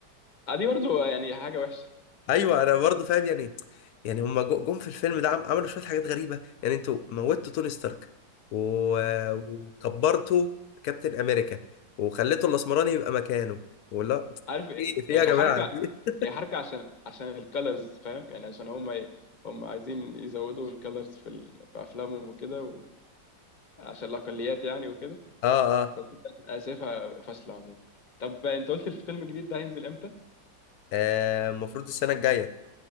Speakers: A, on the left; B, on the left.
A: آه، دي برضو يعني حاجة وحشة
B: ايوه انا برضو فاهم يعني يعني هما جو- جم في الفيلم ده عم- عملوا شويه حاجات غريبه يعني انتوا موتوا توني ستارك و- وكبرتوا كابتن امريكا وخليتوا الاسمراني يبقى مكانه ولا
A: عارف إيه؟
B: ايه في إيه
A: هي
B: يا جماعه
A: حركة
B: في إيه؟
A: هي حركة عشان عشان الكالرز فاهم يعني عشان هم ي- هم عايزين يزودوا الكالرز في ال... في افلامهم وكده عشان الاقليات يعني وكده
B: اه اه
A: بس انا شايفها فاشلة عموما طب انت قلت الفيلم الجديد ده هينزل امتى؟
B: آه، المفروض السنه الجايه